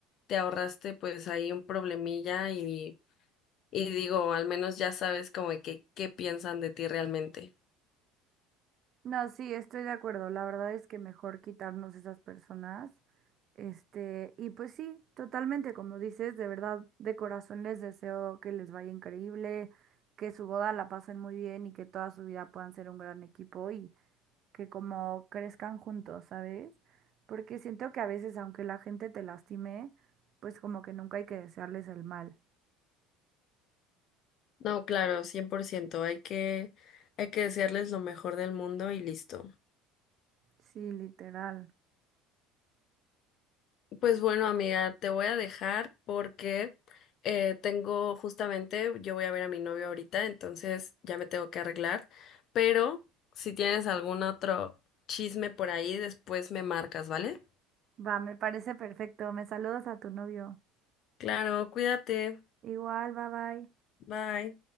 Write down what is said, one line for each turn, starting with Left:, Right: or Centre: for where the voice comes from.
Left: te ahorraste pues ahí un problemilla y, y digo, al menos ya sabes como de que qué piensan de ti realmente.
Right: No, sí, estoy de acuerdo. La verdad es que mejor quitarnos esas personas. Este, y pues sí, totalmente, como dices, de verdad, de corazón les deseo que les vaya increíble, que su boda la pasen muy bien y que toda su vida puedan ser un gran equipo y que como crezcan juntos, ¿sabes? Porque siento que a veces, aunque la gente te lastime, pues como que nunca hay que desearles el mal.
Left: No, claro, cien por ciento Hay que, hay que desearles lo mejor del mundo y listo.
Right: Sí, literal.
Left: Pues bueno, amiga, te voy a dejar porque eh, tengo justamente, yo voy a ver a mi novio ahorita, entonces ya me tengo que arreglar, pero si tienes algún otro chisme por ahí, después me marcas, ¿vale?
Right: Va, me parece perfecto. Me saludas a tu novio.
Left: Claro, cuídate.
Right: Igual, bye bye.
Left: Bye.